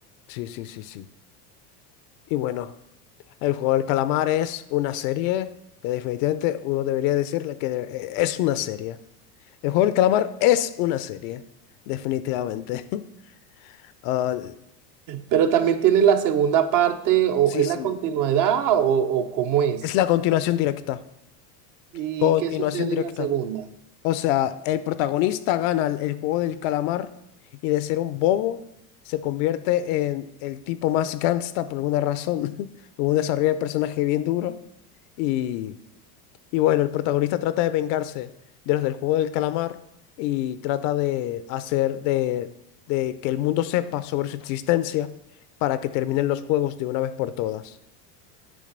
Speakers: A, on the left; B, on the right.
A: Sí, sí, sí, sí. Y bueno. El juego del calamar es una serie que definitivamente uno debería decirle que eh, es una serie. El juego del calamar es una serie, definitivamente. <laughs> Ah,
B: Pero también tiene la segunda parte, o
A: sí,
B: es
A: sí.
B: la continuidad o, o cómo es.
A: Es la continuación directa.
B: ¿Y
A: Continuación
B: qué sucede
A: directa.
B: en la segunda?
A: O sea, el protagonista gana el el juego del calamar y de ser un bobo se convierte en el tipo más gangsta por alguna razón, <laughs> en un desarrollo de personaje bien duro. Y Y bueno, el protagonista trata de vengarse de los del juego del calamar y trata de hacer de, de que el mundo sepa sobre su existencia para que terminen los juegos de una vez por todas.